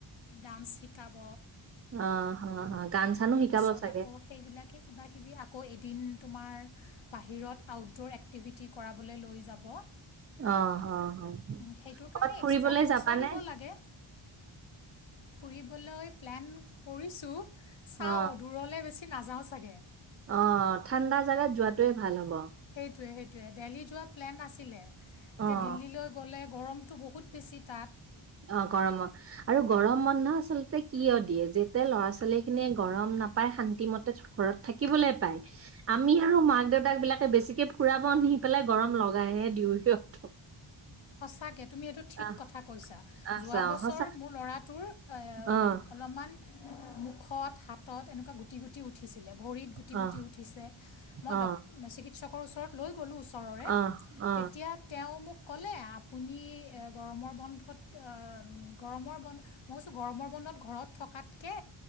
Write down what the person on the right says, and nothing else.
অ, হ, হ। গান চানো
শিকাব চাগে
অ অ অ
ক'ৰবাত ফুৰিবলৈ
যাবানে
অ
অ, ঠাণ্ডা জাগাত যোৱাটোৱে ভাল হ'ব।
অ',
অ, গৰম অ'। আৰু গৰম বন্ধ আচলতে কিয় দিয়ে যেতিয়া ল'ৰা-ছোৱালী খিনিয়ে গৰম নাপাই শান্তিমতে ঘৰত থাকিবলৈ পায় আমি আৰু মাক-দেউতাক বিলাকে বেছিকে ফুৰাব নি পেলাই গৰম লগাইহে দিওঁ সিহঁতক।
আহ
আহ
চাওঁ
সঁচা
অ',
অ',
অ',
অ', অ',